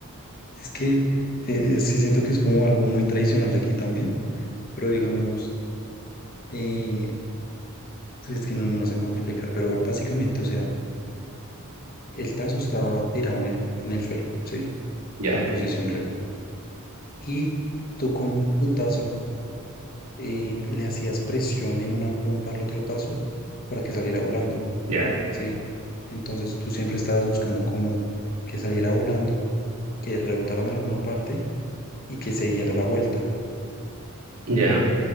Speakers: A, on the left (about 45°); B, on the right (about 85°).
A: Es que eh, sí siento que es como algo muy tradicional de aquí también, pero digamos, eh, pues, es que no, no sé cómo explicar, pero básicamente, o sea, el tazo estaba tirado en el, en el suelo, ¿sí?
B: Ya,
A: En posición recta y tú con tu tazo eh, le hacías presión en una punta al otro tazo para que saliera volando,
B: ya,
A: ¿sí? Entonces tú siempre estabas buscando como que saliera volando, que rebotara en alguna parte y que se diera la vuelta.
B: ya.